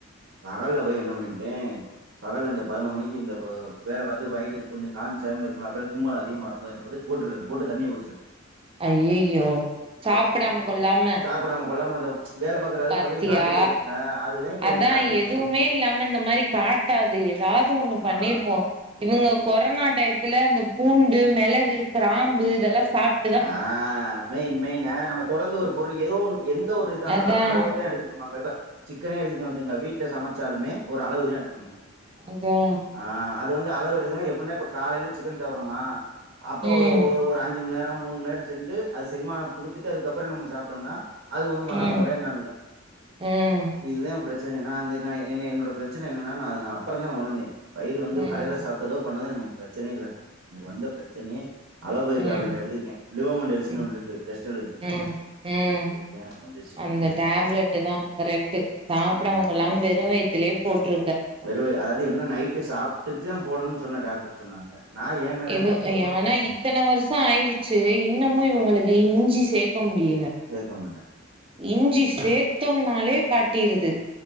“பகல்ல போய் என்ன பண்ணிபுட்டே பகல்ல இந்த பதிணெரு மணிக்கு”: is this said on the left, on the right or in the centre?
Right